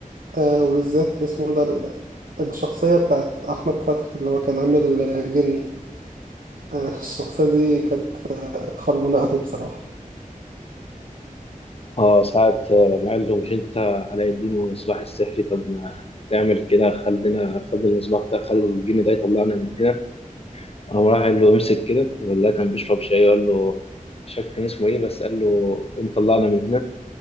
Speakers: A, on the right (about 80°); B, on the left (about 45°).
A: أه وبالذات اسمه ده ال... الشخصية بتاعت أحمد فتحي اللي هو كان عامل جني آه، الشخصية دي كانت خربونة أوي بصراحة
B: اه ساعة آه، ما قال له مش انت علاء الدين والمصباح السحري طب ما تعمل كده خلينا خد المصباح ده خد الجن ده يطلعنا من هنا قام راح قال له امسك كده ولا كان بيشرب شاي قال له مش فاكر كان اسمه ايه بس قال له قوم طلعنا من هنا